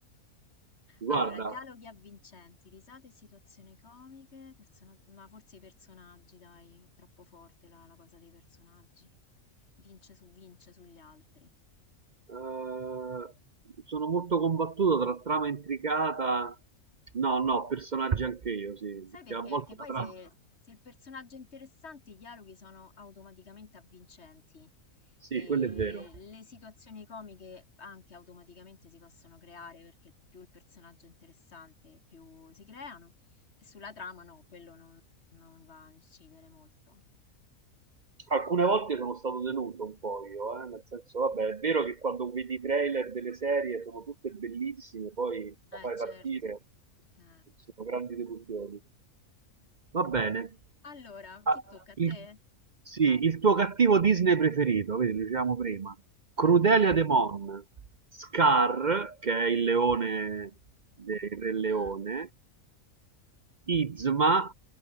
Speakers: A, on the right; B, on the left.
A: Guarda,
B: Allora, dialoghi avvincenti, risate e situazioni comiche, persona- ma forse i personaggi, dai, è troppo forte la, la cosa dei personaggi. Vince su vince sugli altri.
A: Eh, sono molto combattuto tra trama intricata. No, no, personaggi anche io, sì,
B: Sai
A: perché
B: perché?
A: a volte
B: Perché poi
A: la trama.
B: se, se il personaggio è interessante, i dialoghi sono automaticamente avvincenti
A: Sì,
B: e
A: quello è vero.
B: le situazioni comiche anche automaticamente si possono creare perché più il personaggio è interessante, più si creano. E sulla trama no, quello non, non va a incidere molto.
A: Alcune volte sono stato deluso un po' io, eh, nel senso, vabbè, è vero che quando vedi i trailer delle serie sono tutte bellissime, poi
B: Eh,
A: la fai
B: certo.
A: partire,
B: Eh.
A: sono grandi delusioni. Va bene.
B: Allora,
A: Ah,
B: chi tocca a
A: il,
B: te?
A: sì,
B: Vai.
A: il tuo cattivo Disney preferito, vedi, lo dicevamo prima. Crudelia
B: Mhm.
A: de Mon, Scar, che è il leone del Re Leone,
B: Ah,
A: Yzma,